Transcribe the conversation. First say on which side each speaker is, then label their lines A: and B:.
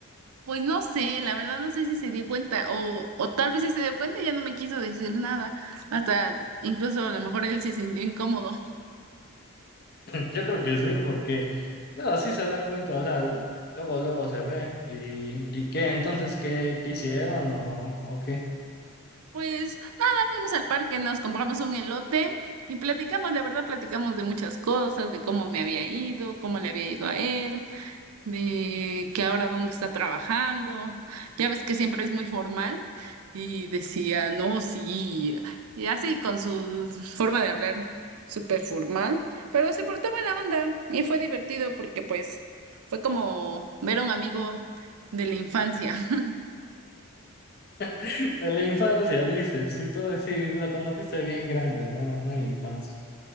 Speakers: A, on the right (about 85°); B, on the left (about 45°).
A: Pues no sé, la verdad no sé si se dio cuenta o, o tal vez sí se dio cuenta y ya no me quiso decir nada. Hasta incluso a lo mejor él se sintió incómodo.
B: Yo creo que sí, porque no, sí se da cuenta, o sea, luego, luego se ve. ¿Y, y qué? Entonces, ¿qué, qué hicieron o, o qué?
A: Pues nada, fuimos al parque, nos compramos un elote y platicamos, la verdad platicamos de muchas cosas, de cómo me había ido, cómo le había ido a él. de que ahora dónde está trabajando. Ya ves que siempre es muy formal y decía, no, sí, y así con su forma de hablar súper formal, pero se portó buena onda y fue divertido porque pues fue como ver a un amigo de la infancia. <laughs>
B: <laughs> De la infancia, dices, sí, todo así, lo conociste bien grande, ¿no? No en la infancia.